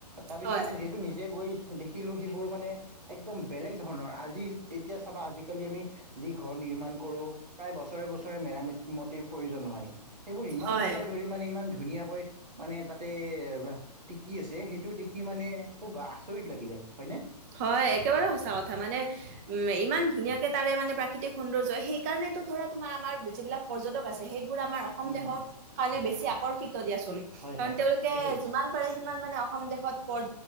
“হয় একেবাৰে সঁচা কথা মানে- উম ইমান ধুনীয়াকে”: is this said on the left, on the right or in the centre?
Right